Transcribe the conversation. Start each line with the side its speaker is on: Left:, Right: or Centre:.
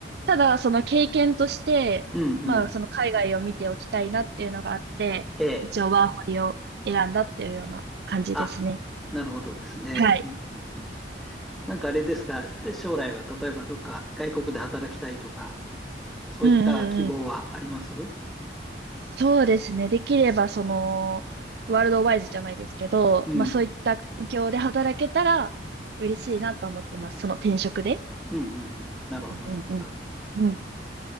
Right: ただ、その経験として、
Centre: うんうん。
Right: まあ、その海外を見ておきたいなっていうのがあって、
Centre: ええ。
Right: 一応ワーホリを選んだっていうような感じですね。
Centre: あ、なるほどですね。
Right: はい。
Centre: うんうんうんなんかあれですか、将来は例えばどっか外国で働きたいとか、そういった希望はあります
Right: うんうんうん。そうですね。できれば、その、ワールドワイズじゃないですけど、
Centre: うん。
Right: まあそういった環境で働けたら嬉しいなと思ってます。その転職で。
Centre: うんうんうん。なるほど、
Right: うんうんうん。
Centre: なるほど。